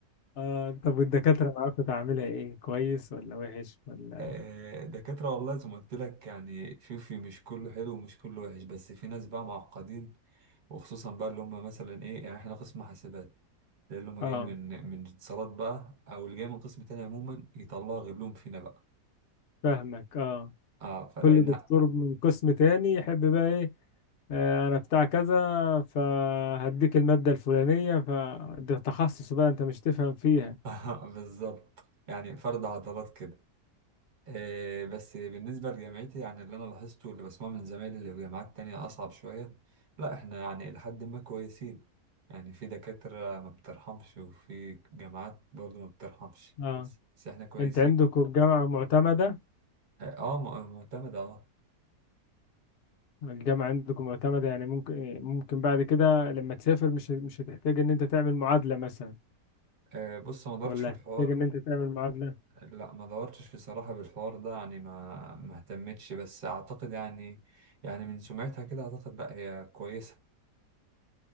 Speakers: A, on the left; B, on the right.
A: آه طب والدكاترة معاك كنت عاملها ايه كويس ولا وحش ولا
B: آه، دكاترة والله زي ما قلت لك يعني شوفي مش كله حلو ومش كله وحش بس في ناس بقى معقدين وخصوصا بقى اللي هم مثلا ايه يعني احنا قسم حاسبات ده اللي هم
A: اه
B: جايين من من اتصالات بقى او اللي جاي من قسم تاني عموما يطلعوا غلهم فينا بقى
A: فاهمك اه
B: اه فلقينا
A: كل دكتور من قسم تاني يحب بقى ايه آه انا بتاع كذا فهديك المادة الفلانية فده تخصص بقى انت مش تفهم فيها
B: <laughs> بالظبط يعني فرد عضلات كده آه، بس بالنسبة لجامعتي يعني اللي أنا لاحظته واللي بسمعه من زمايلي اللي في جامعات تانية أصعب شوية لا إحنا يعني إلى حد ما كويسين يعني في دكاترة ما بترحمش وفي جامعات برضو ما بترحمش
A: اه
B: بس إحنا كويسين
A: انت عندكم الجامعة معتمدة
B: آه آه، م- معتمدة آه
A: الجامعة عندكم معتمدة يعني ممكن ممكن بعد كده لما تسافر مش مش هتحتاج ان انت تعمل معادلة مثلا
B: آه، بص ما دورتش
A: ولا
B: في الحوار
A: هتحتاج ان انت تعمل معادلة
B: لا ما دورتش في صراحة بالحوار ده يعني ما ما اهتمتش بس أعتقد يعني يعني من سمعتها كده أعتقد لا هي كويسة